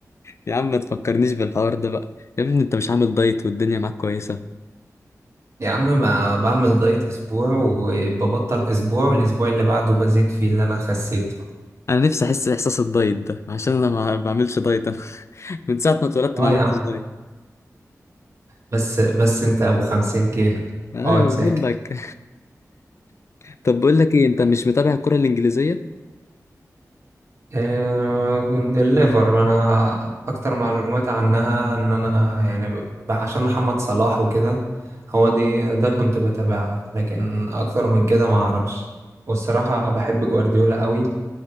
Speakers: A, on the left; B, on the right.
A: يا عم ما تفكرنيش بالحوار ده بقى يا ابني انت مش عامل دايت والدنيا معاك كويسة
B: يا عم ما بعمل دايت اسبوع وببطل اسبوع الاسبوع اللي بعده بزيد فيه اللي انا خسيته
A: انا نفسي احس باحساس الدايت ده عشان انا ما بعملش دايت انا <laughs> من ساعة ما اتولدت
B: اه
A: ما عملتش
B: يا عم
A: دايت
B: بس بس انت ابو خمسين كيلو
A: انا
B: اقعد
A: بقول
B: ساكت
A: لك <laughs> طب بقول لك ايه انت مش متابع الكرة الانجليزية
B: آه، الليفر ما انا اكتر معلومات عنها ان انا يعني ب- عشان محمد صلاح وكده هو دي ده كنت بتابعها لكن اكتر من كده ما اعرفش والصراحة بحب جوارديولا قوي